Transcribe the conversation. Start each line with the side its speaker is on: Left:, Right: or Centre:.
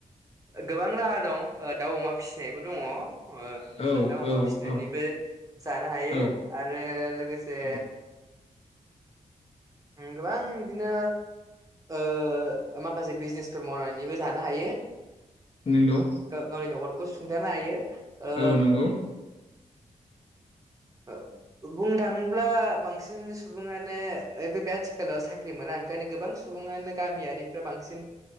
Right: गोबां राहा दं दाउ अमा फिसिनायबो दङ। ओ
Left: औ
Right: दाउ अमा
Left: औ
Right: फिसिनानैबो जानो हायो
Left: औ
Right: आरो लोगोसे
Left: औ
Right: गोबां बिदिनो ओ माखासे बिजनेसफोर मावनानैबो जानो हायो।
Left: नंगौ
Right: गावनि न'खरखौ सुंथानो हायो ओ
Left: औ नंगौ
Right: ओ-ओक्षबुंनो थाङोब्ला बांसिन सुबुङानो आथिखालाव साख्रि मोना ओंखायनो गोबां सुबुङानो गामियारिफ्रा बांसिन